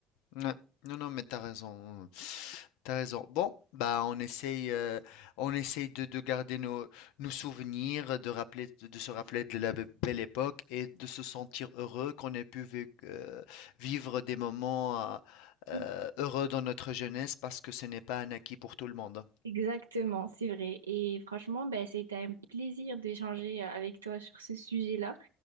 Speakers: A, on the left (about 70°); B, on the right (about 85°).
A: Ouais. Non, non, mais t'as raison. T'as raison. Bon, bah, on essaye, euh, on essaye de, de garder nos, nos souvenirs, de rappeler, de se rappeler de la be- belle époque et de se sentir heureux qu'on ait pu vé- euh, vivre des moments euh, euh,
B: Mm.
A: heureux dans notre jeunesse parce que ce n'est pas un acquis pour tout le monde.
B: Exactement, c'est vrai. Et franchement, ben, c'était un plaisir d'échanger euh, avec toi sur ce sujet-là.